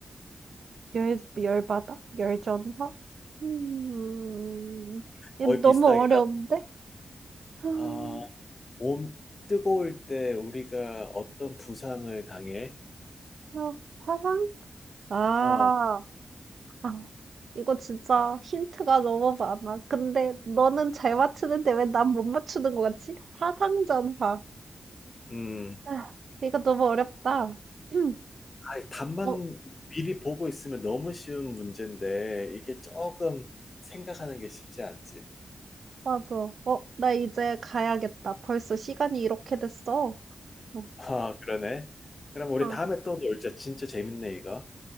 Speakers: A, on the right; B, on the left.
A: 열, 열받아? 열전화? 음, 이거
B: 거의
A: 너무
B: 비슷하긴
A: 어려운데?
B: 하고.
A: 아,
B: 아, 몸 뜨거울 때 우리가 어떤 부상을 당해?
A: 이거 화상? 아,
B: 아,
A: 아, 이거 진짜 힌트가 너무 많아. 근데 너는 잘 맞추는데 왜 난 못 맞추는 것 같지? 화상전화.
B: 음,
A: 아, 이거 너무 어렵다. <clears throat> 음,
B: 아, 답만
A: 어,
B: 미리 보고 있으면 너무 쉬운 문제인데 이게 조금 생각하는 게 쉽지 않지.
A: 맞아. 어, 나 이제 가야겠다. 벌써 시간이 이렇게 됐어. 어,
B: 아, 그러네. 그럼 우리
A: 어,
B: 다음에 또 놀자. 진짜 재밌네, 이거.